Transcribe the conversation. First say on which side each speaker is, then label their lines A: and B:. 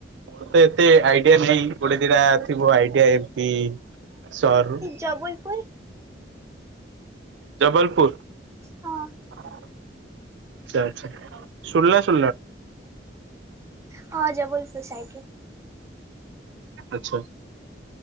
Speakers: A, on the right; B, on the right.
A: ମୋର ତ ଏତେ ଆଇଡିଆ ନାହିଁ, ଗୋଟେ ଦିଟା ଥିବ ଆଇଡିଆ ଏମତି ସହର ରୁ
B: ଜବଲପୁର୍
A: ଜବଲପୁର୍।
B: ହଁ
A: ଆଚ୍ଛା ଆଚ୍ଛା ଶୁଣନା <unintelligible>
B: ହଁ ଜବୋଲପୁର ସାଇକେ।
A: ଆଚ୍ଛା